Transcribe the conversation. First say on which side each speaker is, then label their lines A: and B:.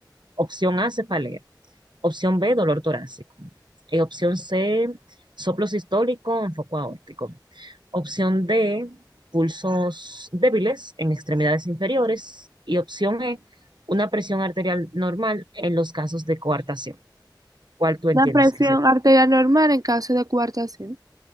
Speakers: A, on the right; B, on the right.
A: Opción A, cefalea. Opción B, dolor torácico. Eh, opción C, soplo sistólico en foco aórtico. Opción D, pulsos débiles en extremidades inferiores. Y opción E, una presión arterial normal en los casos de coartación. ¿Cuál tú entiendes
B: Una presión
A: que sería?
B: arterial normal en caso de coartación.